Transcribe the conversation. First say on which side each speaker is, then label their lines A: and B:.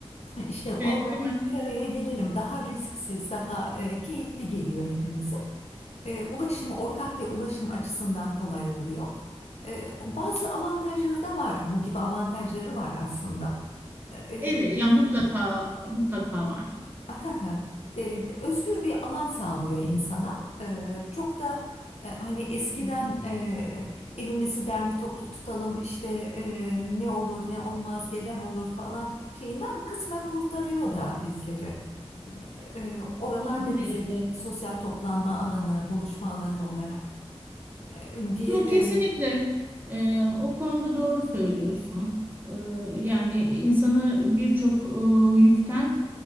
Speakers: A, on the left; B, on the right.
A: İşte orada
B: Evet, değil mi?
A: bir araya gelelim. Daha risksiz, daha e, keyifli geliyor hepimize. E, ulaşım ortak ve ulaşım açısından kolay oluyor. E, bazı avantajları da var. Bu gibi avantajları var aslında. E,
B: Evet, ya mutlaka mutlaka var.
A: Ha, e, özgür bir alan sağlıyor insana. E, çok da e, hani eskiden e, evimizi derli toplu tutalım işte e, ne olur ne olmaz gelen olur falan şeyinden kısmen kurtarıyor da bizleri. E, oralar
B: Doğru diyorsun.
A: bize bir sosyal toplanma alanı, buluşma alanı olarak e, bir
B: Yok,
A: e,
B: kesinlikle Ee, o konuda doğru söylüyorsun. Ee, yani insanı birçok e, yükten